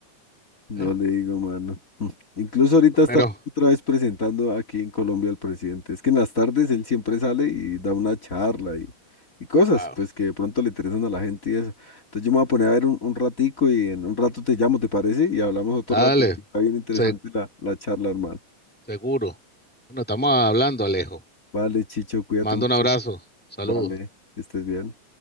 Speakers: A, on the left; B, in the centre.
A: No
B: ¿eh?
A: le digo, mano. <laughs> Mm. Incluso ahorita está
B: Pero
A: otra vez presentando aquí en Colombia al presidente. Es que en las tardes él siempre sale y da una charla y, y cosas,
B: Claro.
A: pues que de pronto le interesan a la gente y eso. Entonces yo me voy a poner a ver un, un ratico y en un rato te llamo, ¿te parece? Y hablamos otro
B: Dale,
A: rato. que Está bien interesante
B: se-
A: la, la charla, hermano.
B: seguro. Bueno, estamos hablando, Alejo.
A: Vale, Chicho, cuídate
B: Mando
A: mucho.
B: un abrazo. Saludos.
A: Vale, que estés bien.